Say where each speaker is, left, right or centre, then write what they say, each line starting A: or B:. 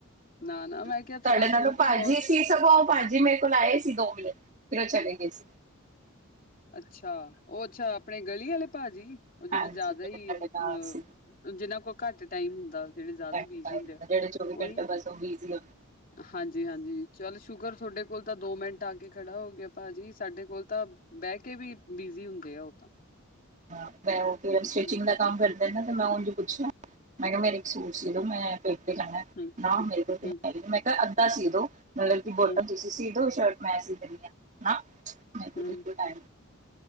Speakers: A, on the left; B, on the right.
A: ਨਾ-ਨਾ ਮੈਂ
B: ਤੁਹਾਡੇ
A: ਕਿਹਾ ਤੁਹਾਡਾ
B: ਨਾਲ
A: ਸੂਟ
B: ਤਾਂ ਭਾਜੀ
A: ਏ ਬਹੁਤ
B: ਸੀ ਸਗੋਂ, ਭਾਜੀ ਮੇਰੇ ਕੋਲ ਆਏ ਸੀ, ਦੋ ਮਿਲੇ ਫੇਰ ਉਹ ਚਲੇ ਗਏ ਸੀ।
A: ਅੱਛਾ ਉਹ ਅੱਛਾ ਆਪਣੇ ਗਲੀ ਵਾਲੇ ਭਾਜੀ ਉਹ ਜਿਹੜੇ
B: ਹਾਂਜੀ
A: ਜ਼ਿਆਦਾ ਹੀ
B: ਤੁਹਾਡੇ
A: ਅ
B: ਨਾਲ ਸੀ
A: ਜਿਨਾਂ ਕੋਲ ਘੱਟ ਟਾਈਮ ਹੁੰਦਾ ਜਿਹੜੇ ਜ਼ਿਆਦਾ
B: ਘੱਟ
A: ਬਿਜੀ ਹੁੰਦੇ
B: ਨਾਲ,
A: ਆ
B: ਜਿਹੜੇ
A: ਉਹੀ
B: ਘੰਟੇ ਬਸ ਉਹ ਬਿਜ਼ੀ ਹੁੰਦੇ
A: ਹਾਂਜੀ ਹਾਂਜੀ ਚੱਲ ਸ਼ੁਕਰ ਤੁਹਾਡੇ ਕੋਲ ਤਾਂ ਦੋ ਮਿੰਟ ਆ ਕੇ ਖੜਾ ਹੋ ਗਿਆ ਭਾਜੀ ਸਾਡੇ ਕੋਲ ਤਾਂ। ਬਹਿ ਕੇ ਵੀ ਬਿਜੀ ਹੁੰਦੇ ਆ ਉਹ ਤਾਂ।
B: ਹਾਂ ਮੈਂ ਉਹ ਫਰ ਸਟਿਚਿੰਗ
A: ਹੂੰ,
B: ਦਾ ਕੰਮ ਕਰਦਾ ਨਾ ਤੇ ਮੈਂ ਉਹ ਪੁੱਛਿਆ ਮੈਂ ਕਿਹਾ ਮੇਰੇ ਇੱਕ ਸੂਟ ਸੀ ਮੈਂ
A: ਹੂੰ,
B: ਨਾ ਮੇਰੇ ਕੋਲ
A: ਹੂੰ,
B: ਮੈਂ ਕਿਹਾ ਅੱਧਾ ਸੀ ਦੋ ਮਤਲਬ ਬੋਟਮ
A: ਹੂੰ,
B: ਤੁਸੀਂ ਸੀਧੋ ਸ਼ਰਟ ਮੈਂ ਸੀ ਦਿੰਦੀ ਹਾਂ ਪਰ
A: ਹੂੰ।
B: ਨਹੀਂ